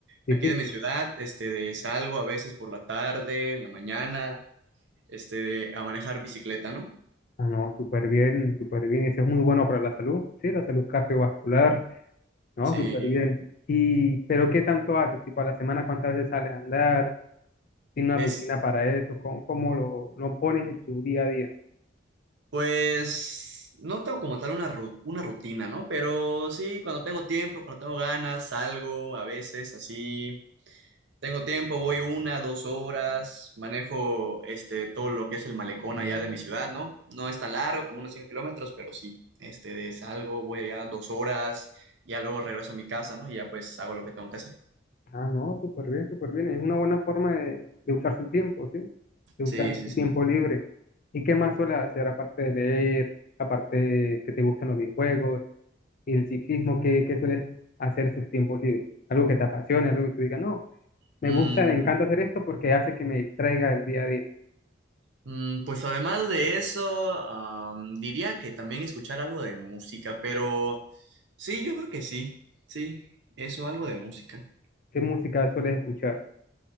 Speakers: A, on the left; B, on the right.
A: Ciclismo.
B: Aquí de mi ciudad, este, de salgo a veces por la tarde, en la mañana, este, de- a manejar bicicleta, ¿no?
A: Ah, no, súper bien, súper bien. Y eso es muy bueno para la salud, ¿sí? La salud cardiovascular, ¿no?
B: Sí,
A: Súper bien. Y, pero ¿qué tanto haces? Tipo, a la semana, ¿cuántas veces sales a andar? ¿Tiene una
B: es
A: rutina para eso? ¿Cómo, cómo lo, lo pones en tu día a día?
B: pues no tengo como tal una, ru- una rutina, ¿no? Pero sí, cuando tengo tiempo, cuando tengo ganas, salgo a veces así. Tengo tiempo, voy una, dos horas, manejo este, todo lo que es el malecón allá de mi ciudad, ¿no? No es tan largo, como unos 5 kilómetros, pero sí, este, de salgo, voy allá dos horas, ya luego regreso a mi casa, ¿no? Y ya pues hago lo que tengo que hacer.
A: Ah, no, súper bien, súper bien. Es una buena forma de, de usar su tiempo, ¿sí? De usar
B: Sí, sí,
A: su
B: sí.
A: tiempo libre. ¿Y qué más suele hacer aparte de leer, aparte de que te gustan los videojuegos y el ciclismo? ¿Qué, qué sueles hacer en sus tiempos libres? Algo que te apasione, algo que tú digas, no, me
B: Mm,
A: gusta, me encanta hacer esto porque hace que me distraiga del día a día.
B: Mm, Pues además de eso, am, diría que también escuchar algo de música, pero sí, yo creo que sí, sí, eso, algo de música.
A: ¿Qué música sueles escuchar?